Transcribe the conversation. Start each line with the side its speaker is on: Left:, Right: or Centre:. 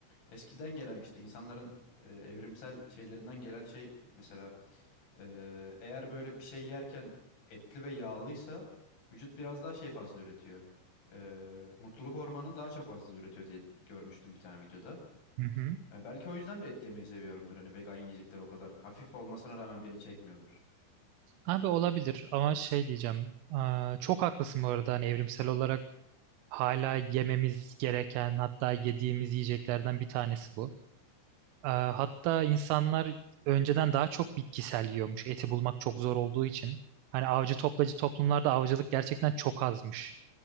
Left: eskiden gelen işte insanların e, evrimsel şeylerinden gelen şey mesela e, eğer böyle bir şey yerken etli ve yağlıysa vücut biraz daha şey fazla üretiyor. E, mutluluk hormonu daha çok fazla üretiyor diye görmüştüm bir tane videoda.
Right: hı hı.
Left: Ha, belki o yüzden de et yemeyi seviyorumdur. Hani vegan yiyecekler o kadar. Hafif olmasına rağmen beni çekmiyordur.
Right: Abi olabilir ama şey diyeceğim. Aa, çok haklısın bu arada. Hani evrimsel olarak hala yememiz gereken hatta yediğimiz yiyeceklerden bir tanesi bu. Aa, hatta insanlar önceden daha çok bitkisel yiyormuş. Eti bulmak çok zor olduğu için. Hani avcı toplacı toplumlarda avcılık gerçekten çok azmış.